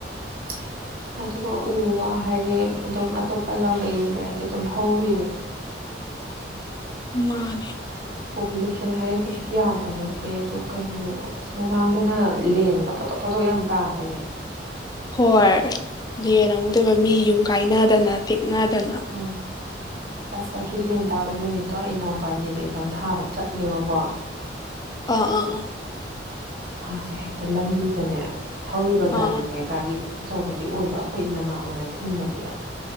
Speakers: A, on the right (about 55°); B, on the left (about 20°).
A: <inaudible> ꯑꯗꯨꯒ ꯎ ꯋꯥ ꯍꯥꯏꯔꯦ ꯑꯗꯨꯝ ꯑꯇꯣꯞꯄ ꯂꯝꯒ ꯌꯦꯡꯗꯔꯗꯤ ꯑꯗꯨꯝ ꯍꯧꯔꯤꯅꯦ ꯑ <inaudible>
B: ꯃꯥ
A: <inaudible> ꯄꯣꯄꯨꯂꯦꯁꯟ ꯍꯥꯏꯔ‌ꯦ ꯀꯩꯁꯨ ꯌꯥꯝꯕ ꯅꯠꯇꯦ ꯑꯗꯨ ꯀꯩꯅꯣ ꯑꯁ ꯃꯃꯥꯡꯗꯅ ꯂꯦꯟꯒ ꯄꯣꯗ‌ꯣꯞ ꯄ‌ꯣꯗ‌ꯣꯞ ꯄꯣꯗꯣꯛ ꯌꯥꯝ ꯇꯥꯗꯥꯏꯅꯦ
B: ꯍꯣꯏ ꯂ‌ꯦꯟ ꯑꯃꯨꯛ ꯇꯣꯏꯕ ꯃꯤ ꯌꯨꯝ ꯀꯥꯏꯅꯗꯅ ꯇ‌ꯦꯛꯅꯗꯅ
A: ꯎꯝ ꯑꯁ ꯑꯗꯨꯏ ꯂꯦꯟ ꯇꯥꯕ ꯅꯨꯃꯤꯠꯇꯣ ꯑꯩ ꯏꯅꯥꯎꯄꯥ ꯅꯤꯠ ꯑꯦꯛꯖꯥꯝ ꯊꯥꯕ ꯆꯠꯂꯦꯕꯀꯣ
B: ꯑꯥ ꯑꯥ ꯑꯥ
A: ꯃꯥꯁꯦ ꯍꯦꯛꯇ ꯂꯝꯕꯤꯗꯅꯦ ꯊꯧꯔꯤꯕ
B: ꯑꯥ
A: ꯒꯥꯔꯤꯁꯦ ꯒꯥꯔꯤ ꯑꯆꯧꯕꯗꯤ ꯑꯣꯏꯕ ꯑꯩꯈꯣꯏ ꯏꯅꯃꯥ ꯑꯃꯅ ꯊꯤꯟꯕꯅꯦꯕ